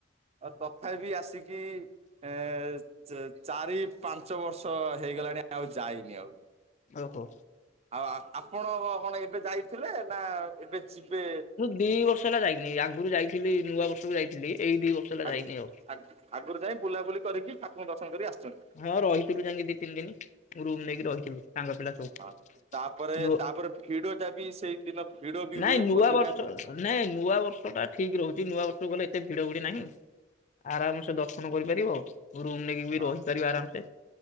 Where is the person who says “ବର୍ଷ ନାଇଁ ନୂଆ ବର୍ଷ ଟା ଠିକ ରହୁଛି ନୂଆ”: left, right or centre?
Left